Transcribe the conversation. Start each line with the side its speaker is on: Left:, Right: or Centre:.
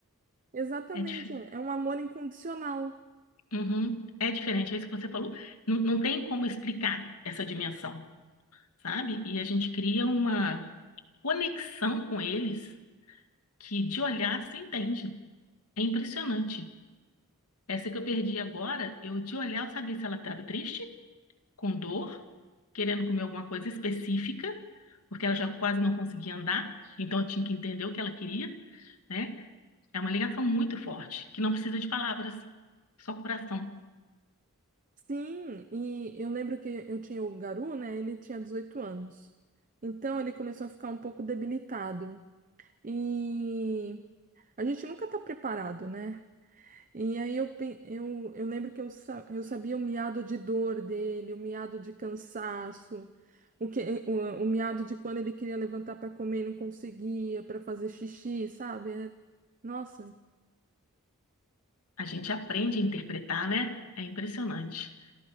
Right: Exatamente,
Left: É, dif-
Right: é um amor incondicional.
Left: Uhum. É diferente, é isso que você falou. Não, não tem como explicar essa dimensão, sabe? E a gente cria uma conexão com eles que de olhar se entende. É impressionante. Essa que eu perdi agora, eu de olhar eu sabia se ela estava triste, com dor, querendo comer alguma coisa específica, porque ela já quase não conseguia andar, então eu tinha que entender o que ela queria, né? É uma ligação muito forte, que não precisa de palavras, só coração.
Right: Sim, e eu lembro que eu tinha o Garu, né? Ele tinha 18 anos. Então ele começou a ficar um pouco debilitado. E a gente nunca está preparado, né? E aí eu, pe- eu, eu lembro que eu, sa- eu sabia o miado de dor dele, o miado de cansaço, o, que, o, o miado de quando ele queria levantar para comer e não conseguia, para fazer xixi, sabe? É- Nossa,
Left: A gente aprende a interpretar, né? É impressionante.